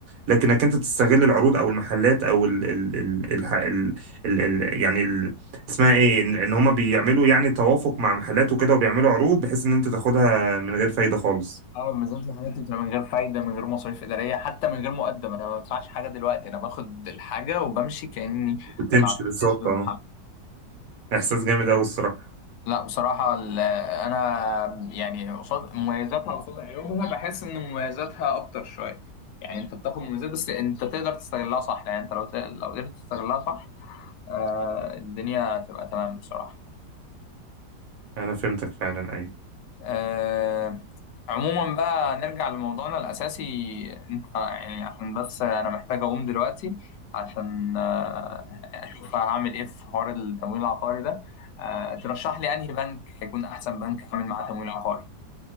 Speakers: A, on the right; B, on the left.
A: لكنك انت تستغل العروض او المحلات او ال ال ال ال ال ال ال يعني ال اسمها ايه ان ان هما بيعملوا يعني توافق مع محلات وكده وبيعملوا عروض بحيث ان انت تاخدها من غير فايده خالص
B: اه بالذات الحاجات اللي بتبقى من غير فايده من غير مصاريف اداريه حتى من غير مقدم انا ما بدفعش حاجه دلوقتي انا باخد الحاجه وبمشي كاني
A: وتمشي
B: دفعت
A: بالظبط
B: كاش في المحل
A: اه احساس جامد قوي الصراحه
B: لا بصراحة ال- أنا يعني قصاد مميزاتها قصاد عيوبها بحس إن مميزاتها أكتر شوية يعني أنت بتاخد مميزات بس أنت تقدر تستغلها صح يعني أنت لو ت- لو قدرت تستغلها صح آه، الدنيا تبقى تمام بصراحة
A: انا فهمتك فعلا ايوه
B: آه، عموما بقى نرجع لموضوعنا الأساسي أنت يعني عشان بس أنا محتاج أقوم دلوقتي عشان آه، أشوف هعمل إيه في حوار التمويل العقاري ده آه، ترشح لي أنهي بنك هيكون أحسن بنك أعمل معاه تمويل عقاري